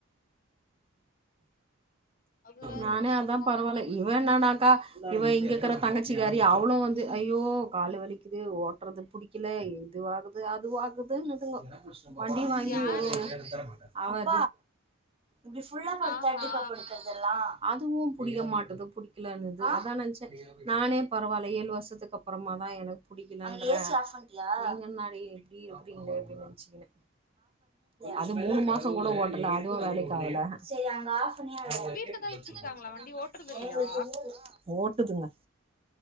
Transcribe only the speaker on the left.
அது வேற
ஒரு
பக்கோ
வலி
யாரு
ஆஹா
வீட்லதா வச்சிருக்காங்களா வண்டி ஓட்டுறது இல்லையா